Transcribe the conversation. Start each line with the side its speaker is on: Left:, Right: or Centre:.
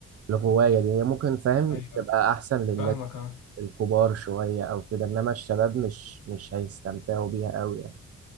Right: الغواية دي هي ممكن فاهم
Left: ايوه
Right: تبقى أحسن للناس
Left: فاهمك اه
Right: الكبار شوية أو كده إنما الشباب مش مش هيستمتعوا بيها أوي يعني